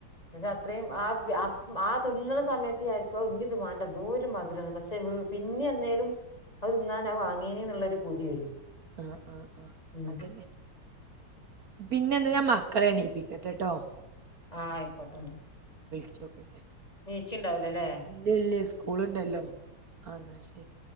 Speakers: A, on the left; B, on the right.
A: നിങ്ങക്ക് അത്രയും <unintelligible> ആ തിന്ന്ണ സമയത്ത് ഞാൻ വിചാരിക്കും ഇഞ്ഞ് ഇത് വേണ്ട എന്തോര് മധുരം പക്ഷെ വീ പിന്നെ എന്നേലും അത് തിന്നാൻ അഹ് വാങ്ങേനി എന്നുള്ളൊരു പൂതി വരും.
B: ആഹ്, ആഹ്, ആഹ്
A: ഉം
B: അതന്നെ. പിന്നെ എന്ത്, ഞാൻ മക്കളെ എണീപ്പിക്കട്ടെട്ടോ,
A: ആഹ്, അയിക്കോട്ടെ ഇന്നാ
B: ച്ചോക്കട്ടെ,
A: നീച്ച്ണ്ടാവിലലേ?
B: ഇല്ല, ഇല്ല സ്കൂള്ണ്ടല്ലോ ആ ഇന്നാ ശരി.